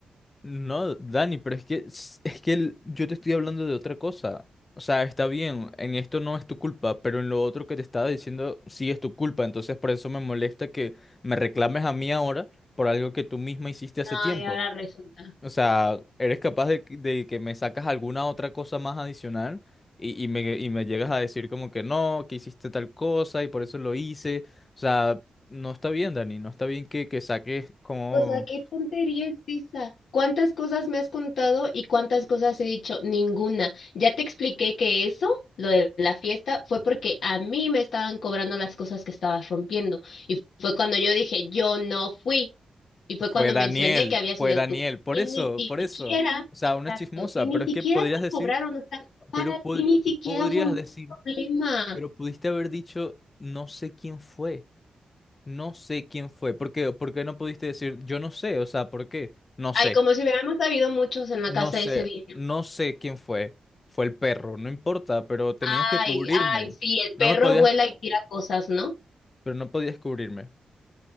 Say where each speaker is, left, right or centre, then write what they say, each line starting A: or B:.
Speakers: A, on the left; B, on the left.
A: No, Dani, pero es que, es que el- yo te estoy hablando de otra cosa. O sea, está bien, en esto no es tu culpa, pero en lo otro que te estaba diciendo sí es tu culpa. Entonces por eso me molesta que me reclames a mí ahora por algo que tú misma hiciste hace
B: Ay,
A: tiempo.
B: ahora resulta.
A: O sea, eres capaz de, que de que me sacas alguna otra cosa más adicional y, y me, y me llegas a decir como que no, que hiciste tal cosa y por eso lo hice. O sea, no está bien, Dani, no está bien que, que saques como
B: O sea, qué tontería es esa. ¿Cuántas cosas me has contado y cuántas cosas he dicho? Ninguna. Ya te expliqué que eso, lo de la fiesta, fue porque a mí me estaban cobrando las cosas que estabas rompiendo. Y fue cuando yo dije, yo no fui. Y fue
A: fue
B: cuando
A: Daniel,
B: mencioné que había sido
A: fue Daniel,
B: tú.
A: por
B: Y
A: eso,
B: ni siquiera,
A: por eso. O sea,
B: exacto,
A: una chismosa,
B: y ni
A: pero
B: siquiera
A: es que podrías
B: te
A: decir,
B: cobraron. O sea, para
A: pero pod-
B: ti ni siquiera
A: podrías
B: fue un
A: decir,
B: problema.
A: pero pudiste haber dicho no sé quién fue, no sé quién fue. ¿Por qué? ¿Por qué no pudiste decir yo no sé? O sea, ¿por qué? No
B: Ay,
A: sé.
B: como si hubiéramos habido muchos en la
A: No
B: casa
A: sé,
B: ese día.
A: no sé quién fue. Fue el perro, no importa, pero tenías
B: Ay,
A: que cubrirme.
B: ay, sí, el
A: No
B: perro
A: me podías,
B: vuela y tira cosas, ¿no?
A: pero no podías cubrirme.